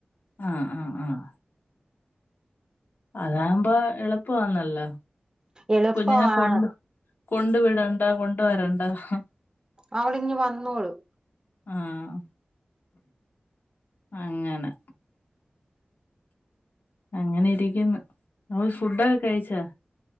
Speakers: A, on the left; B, on the right.
A: ആഹ് ആഹ് ആഹ് അതാവ്മ്പോ എളുപ്പമാന്നല്ലോ.
B: എളുപ്പമാണ്
A: കുഞ്ഞിനെ കൊണ്ട് കൊണ്ട് വിടണ്ട കൊണ്ട് വരണ്ട. ഹ
B: അവള് ഇങ്ങ് വന്നോളും.
A: ആഹ് അങ്ങനെ അങ്ങനെ ഇരിക്കുന്ന്. അവൾ ഫുഡൊക്കെ കഴിച്ചാ?